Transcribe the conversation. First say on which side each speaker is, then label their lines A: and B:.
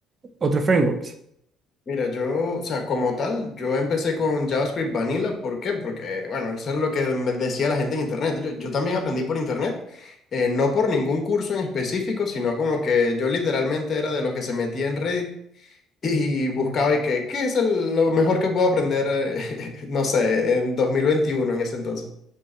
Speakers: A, on the right (about 35°); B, on the left (about 40°).
A: otros frameworks?
B: Mira, yo, o sea, como tal, yo empecé con JavaScript Vanilla, ¿por qué? Porque, bueno, eso era lo que me decía la gente en internet. Yo, yo también aprendí por internet, eh, no por ningún curso en específico, sino como que yo literalmente era de los que se metía en Reddit Y buscaba
A: Mm,
B: y que, ¿qué es el- lo mejor que puedo aprender, eh, <laughs> no sé, en 2021 en ese entonces?